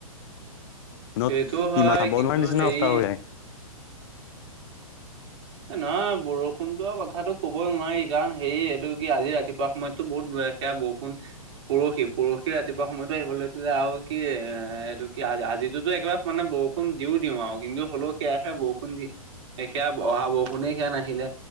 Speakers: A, on the left (about 45°); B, on the right (about 50°).
A: ত
B: সেইটো হয়
A: ইমাহ বনমান
B: কিন্তু
A: নিচিনা
B: হেৰি
A: অস্থা হৈ <inaudible>
B: এ নহয় বৰষুণটো কথাটো ক'বই নোৱাৰি কাৰণ হেৰি এইটো কি আজি ৰাতিপুৱা সময়তো বহুত <inaudible> এয়া বৰষুণ পৰহি পৰহি ৰাতিপুৱা সময়তো আহিব লৈছিলে আৰু কি এ এইটো কি আজি যিটোতো একবাৰে মানে বৰষুণ দিও দিওঁ আও। কিন্তু হলেও সেয়াহে বৰষুণ দি সেয়া অহা বৰষুণে সে নাহিলে।